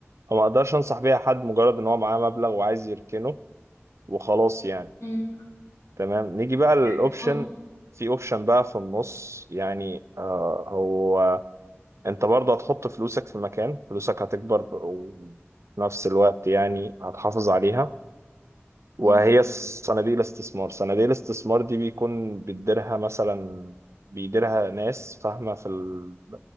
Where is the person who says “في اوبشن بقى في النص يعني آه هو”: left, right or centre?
Right